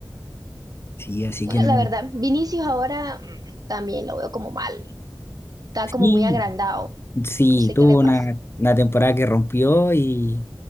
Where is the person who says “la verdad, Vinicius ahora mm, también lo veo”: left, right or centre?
Right